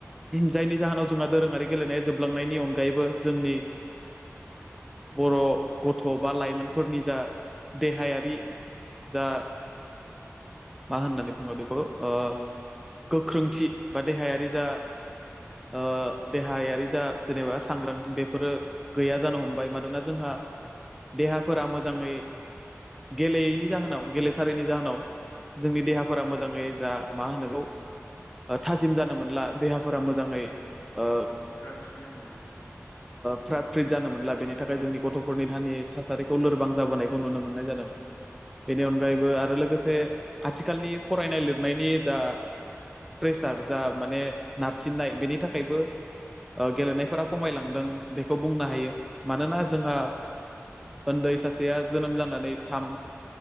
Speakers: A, in the centre; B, on the left.
A: जायनि जाहोनाव जोंहा दोरोङारि गेलेनाया जोबलांनायनि अनगायैबो जोंनि बर' गथ' बा लाइमोनफोरनि जा देहायारि जा मा होननानै बुङो बेखौ ओ गोख्रोंथि बा देहायारि जा ओ देहायारि जा जेनेबा सांग्रां बेफोरो गैया जानो हमबाय मानोना जोंहा देहाफोरा मोजाङै गेलेयैनि जाहोनाव गेलेथारैनि जाहोनाव जोंनि देहाफोरा मोजाङै जा मा होनांगौ थाजिम जानो मोनला देहाफोरा मोजाङै ओ
B: प्राद फिद जानो मोनला।
A: फ्राद फ्रिद जानो मोनला बेनि थाखाय जोंनि गथ'फोरनि दानि थासारिखौ लोरबां जाबोनायखौ नुनो मोननाय जादों। बेनि अनगायैबो आरो लोगोसे आथिखालनि फरायनाय लिरनायनि जा प्रेसार जा माने नारसिननाय बेनि थाखाय खायबो गेलेनायफोरा खमायलांदों। खौ बुंनो हायो मानोना जोंहा
B: औ
A: उन्दै सासेया जोनोम जानानै थाम